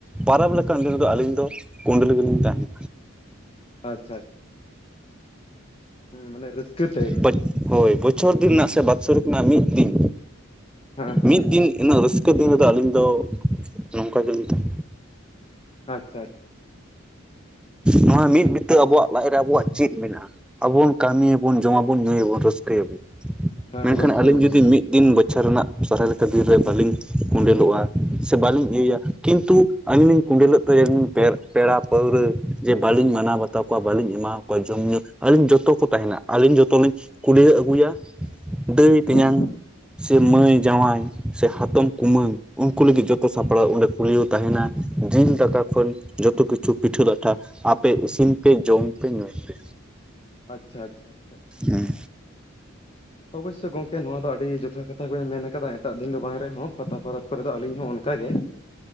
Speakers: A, in the centre; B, on the left.
A: ᱯᱟᱨᱟᱵᱽ ᱞᱮᱠᱟᱱ ᱵᱤᱨ ᱨᱮᱫᱚ ᱟᱹᱞᱤᱧ ᱫᱚ ᱠᱳᱰᱮᱞ ᱜᱮᱞᱤᱧ ᱛᱟᱦᱮᱱᱟ᱾
B: ᱟᱪᱪᱷᱟ ᱟᱪ᱾ ᱦᱩᱸ ᱢᱟᱱᱮ ᱨᱟᱹᱥᱠᱟᱹ ᱛᱮ᱾
A: ᱵᱟᱴ ᱦᱳᱭ ᱵᱚᱪᱷᱚᱨ ᱫᱤᱱ ᱨᱮᱱᱟᱜ ᱥᱮ ᱵᱟᱛᱥᱚᱨᱤᱠ ᱨᱮᱱᱟᱜ ᱢᱤᱫ ᱫᱤᱱ
B: ᱦᱮᱸ ᱦᱮᱸ
A: ᱢᱤᱫ ᱫᱤᱱ ᱩᱱᱟᱹᱜ ᱨᱟᱹᱥᱠᱟᱹ ᱫᱤᱱ ᱨᱮᱫᱚ ᱟᱹᱞᱤᱧ ᱫᱚ ᱱᱚᱝᱠᱟ ᱜᱮᱞᱤᱧ ᱛᱟᱸᱦᱮᱱᱟ᱾
B: ᱟᱪᱪᱷᱟ ᱟᱪᱪᱷᱟ ᱟᱪᱷᱟ᱾
A: ᱱᱚᱣᱟ ᱢᱤᱫ ᱵᱤᱛᱟᱹ ᱟᱵᱚᱣᱟᱜ ᱞᱟᱡ ᱨᱮ ᱟᱵᱚᱣᱟᱜ ᱪᱮᱫ ᱢᱮᱱᱟᱜᱼᱟ? ᱟᱵᱚᱵᱚᱱ ᱠᱟᱹᱢᱤ ᱟᱵᱚᱱ, ᱡᱚᱢ ᱟᱵᱚᱱ, ᱧᱩᱭ ᱟᱵᱚᱱ, ᱨᱟᱹᱥᱠᱟᱹᱭᱟᱵᱚᱱ
B: ᱦᱮᱸ
A: ᱢᱮᱱᱠᱷᱟᱱ
B: ᱚᱵᱚᱥᱥᱳᱭ
A: ᱟᱞᱤᱧ
B: ᱚᱵᱚᱥᱥᱳᱭ
A: ᱡᱩᱫᱤ ᱢᱤᱫ ᱫᱤᱱ ᱵᱚᱪᱷᱚᱨ ᱨᱮᱱᱟᱜ ᱥᱚᱦᱚᱨᱟᱭ ᱞᱮᱠᱟ ᱫᱤᱱ ᱨᱮ ᱵᱟᱹᱞᱤᱧ ᱠᱚᱸᱰᱮᱞᱚᱜᱼᱟ ᱥᱮ ᱵᱟᱹᱞᱤᱧ ᱤᱭᱟᱹᱭᱟ ᱠᱤᱱᱛᱩ ᱟᱹᱞᱤᱧ ᱞᱤᱧ ᱠᱩᱸᱰᱮᱞᱚᱜ ᱛᱮ ᱯᱮ-ᱯᱮᱲᱟ ᱯᱟᱹᱣᱨᱟᱹ ᱡᱮ ᱵᱟᱹᱞᱤᱧ ᱢᱟᱱᱟᱣ ᱵᱟᱛᱟᱣ ᱠᱚᱣᱟ ᱵᱟᱹᱞᱤᱧ ᱮᱢᱟᱣ ᱠᱚ ᱡᱚᱢᱼᱧᱩ ᱟᱹᱞᱤᱧ ᱡᱚᱛᱚ ᱠᱚ ᱛᱟᱦᱮᱸᱱᱟ ᱟᱹᱞᱤᱧ ᱡᱚᱛᱚᱞᱤᱧ ᱠᱩᱰᱟᱹᱭᱮ ᱟᱹᱜᱩᱭᱟ ᱫᱟᱹᱭ
B: ᱦᱩᱸ
A: ᱛᱮᱸᱧᱟᱝ
B: ᱦᱩᱸ
A: ᱥᱮ ᱢᱟᱹᱭ ᱡᱟᱶᱟᱭ᱾ ᱥᱮ ᱦᱟᱛᱚᱢ
B: ᱦᱩᱸ
A: ᱠᱩᱢᱟᱹᱝ᱾ ᱩᱱᱠᱩ ᱞᱟᱹᱜᱤᱫ ᱡᱚᱛᱚ ᱥᱟᱯᱲᱟᱣ ᱚᱸᱰᱮ ᱯᱩᱭᱞᱩ ᱛᱟᱦᱮᱱᱟ ᱡᱤᱞ ᱫᱟᱠᱟ ᱠᱷᱚᱱ ᱡᱚᱛᱚ ᱠᱤᱪᱷᱩ ᱯᱤᱴᱷᱟᱹ ᱞᱟᱴᱷᱟ ᱟᱯᱮ ᱤᱥᱤᱱ ᱯᱮ ᱡᱚᱢ ᱯᱮ ᱧᱩᱭ ᱯᱮ᱾
B: ᱟᱪᱪᱷᱟ ᱟᱪᱪᱷᱟ ᱟᱪᱷᱟ᱾
A: ᱦᱮᱸ᱾
B: ᱚᱵᱚᱥᱥᱚ ᱜᱚᱝᱠᱮ ᱱᱚᱣᱟ ᱫᱚ ᱟᱹᱰᱤ ᱡᱚᱛᱷᱟᱛ ᱠᱟᱛᱷᱟ ᱵᱤᱱ ᱢᱮᱱ ᱠᱟᱫᱟ ᱮᱴᱟᱜ ᱫᱤᱱ ᱫᱚ ᱵᱟᱝ ᱨᱮᱦᱚᱸ ᱯᱟᱛᱟ ᱯᱚᱨᱚᱵᱽ ᱠᱚᱨᱮ ᱫᱚ ᱟᱹᱞᱤᱧ ᱦᱚᱸ ᱚᱱᱠᱟᱜ ᱜᱮ᱾